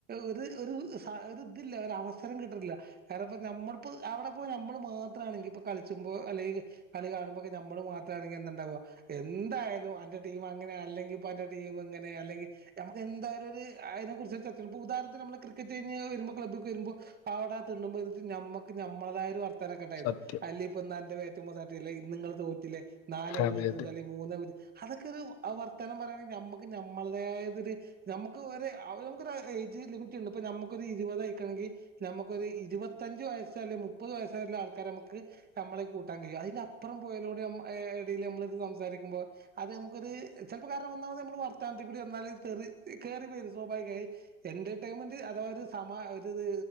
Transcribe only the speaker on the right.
ഒര് ഒരു സ ഒരു ഇതില്ല ഒരവസരം കിട്ട്ണില്ല കാരണം ഇപ്പ നമ്മള്പ്പോ അവടെപ്പോയ് ഞമ്മള് മാത്രാണെങ്കി ഇപ്പൊ കളിച്ച്മ്പോ അല്ലെങ്കി കളി കാണുമ്പൊക്കെ ഞമ്മള് മാത്രാണെങ്കി എന്താണ്ടാവാ എന്തായാലും അന്റെ ടീം അങ്ങനെ അല്ലെങ്കിപ്പൊ അന്റെ ടീം ഇങ്ങനെ അല്ലെങ്കി ഞമ്മക്കെന്തായാലൊര് അയിനെ കുറിച്ച് <unintelligible> ഇപ്പോ ഉാദാഹരണത്തി ഞമ്മള് ക്രിക്കറ്റ് കഴിഞ്ഞ് വെരുമ്പോ ക്ലബ്ബ്‌ക്ക് വെരുമ്പോ അവടെ തിണ്ണമ്മെ ഇര്ന്നിട്ട് ഞമ്മക്ക് നമ്മള്തായൊരു വർ ത്താനെക്കെ ഇണ്ടാരുന്നു
അല്ലേപ്പോ ഇന്ന് അന്റെ ബാറ്റ്മ്മേ തട്ടീല്ലെ ഇന്ന് ഇങ്ങള് തോറ്റിലേ നാലേ പൂജ്യത്തിന്
അല്ലേ മൂന്നേ പൂജ്യം അതെക്കെ ഒരു ആ വർത്താനം പറയണെ ഞമ്മക്ക് നമ്മള്തായതൊര് ഞമ്മക്ക് ഒര് അവ ഞമ്മക്കൊര് ഏയ്ജ് ലിമിറ്റിണ്ട് ഇപ്പൊ ഞമ്മക്കൊര് ഇരുവതായിക്കാണെങ്കി ഞമ്മക്കൊര് ഇരുവത്തഞ്ച് വയസ്സ് അല്ലെങ്കി മുപ്പത് വയസ്സായിട്ള്ളെ ആൾക്കാരെ ഞമ്മക്ക് ഞമ്മളെ കൂട്ടാൻ കഴിയും അയിന്റെ അപ്പറം പോയലോട് ഞമ്മ ഏഹ് എടേല് ഞമ്മള് ഇത് സംസാരിക്ക്യുമ്പോ അത് ഞമ്മക്കത് ചെലപ്പോ കാരണം ഒന്നാമത് ഞമ്മള് വർത്താനത്തിക്കൂടി വന്നാല് തെറി കേറി വരും സ്വാഭാവികായി എന്റർടൈൻമെന്റ് അഥവാ ഒരു സമാ ഒരിത്